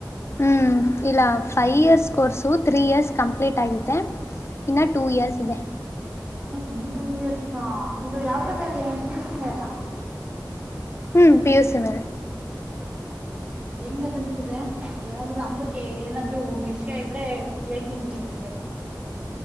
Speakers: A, on the left (about 35°); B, on the right (about 15°).
A: ಹ್ಮ ಇಲ್ಲ five years course three years complete ಆಗತೆ. ಇನ್ನ ಟೂ ಇಯರ್ಸ್ ಇದೆ.
B: ಇನ್ನ ಟೂ ಇಯರ್ಸ್ ಇದು ಯಾವ್ದ್ರ ಮೇಲೆ ಪಿಯುಸಿ ಮೇಲಾ
A: ಹ್ಮ ಪಿ ಯ ಸಿ ಮೇಲೆ.
B: ಹೆಂಗ ಅನ್ನಿಸ್ತಿದೆ ಏನಾದ್ರು ನಮ್ದಕ್ಕೆ ಏನಾದ್ರು ವಿಷಯ ಇದ್ರೆ ಹೇಳ್ತೀನ ಬಿಡಿ ನಿಮ್ಗೆ <inaudible>